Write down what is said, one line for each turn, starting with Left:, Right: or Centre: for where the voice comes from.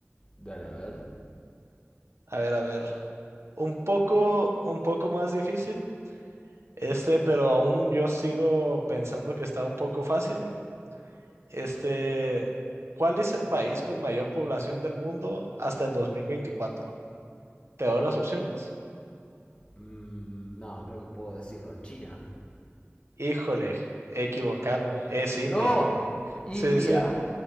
Left: Dale, a ver.
Right: A ver, a ver. Un poco, un poco más difícil, Este, pero aún yo sigo pensando que está un poco fácil. Este, ¿cuál es el país con mayor población del mundo hasta el 2024? ¿Te doy las opciones?
Left: Mm, no, creo que puedo decirlo. China.
Right: Híjole, equivocado, es India.
Left: ¡No! India.
Right: Sí, sí.